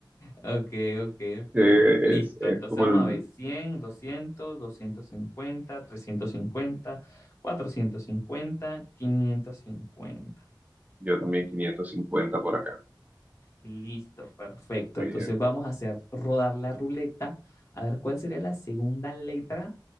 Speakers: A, on the left; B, on the right.
A: Ok, ok, ok.
B: que
A: Listo.
B: es, es
A: Entonces
B: como
A: vamos
B: el.
A: a ver cien, doscientos, doscientos cincuenta, trescientos cincuenta, cuatrocientos cincuenta, quinientos cincuenta.
B: Yo también 550 por acá.
A: Listo, perfecto.
B: Muy
A: Entonces
B: bien.
A: vamos a hacer rodar la ruleta a ver cuál sería la segunda letra